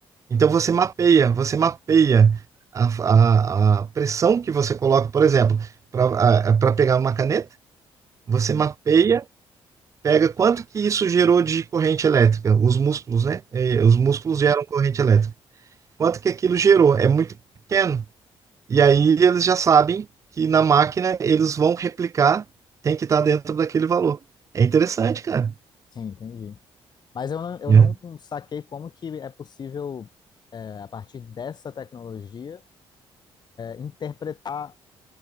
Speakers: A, on the right (about 35°); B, on the left (about 50°).
A: Então você mapeia, você mapeia a, a- a pressão que você coloca, por exemplo, para pegar uma caneta, você
B: Sim,
A: mapeia, pega quanto que isso gerou de corrente elétrica, os músculos, né? Eh, Os músculos geram corrente elétrica. Quanto que aquilo gerou? É muito pequeno. E aí eles já sabem que na máquina eles vão replicar, tem que estar dentro daquele valor. É interessante, cara.
B: sim, entendi. Mas eu não, eu
A: né?
B: não saquei como que é possível, é, a partir dessa tecnologia, interpretar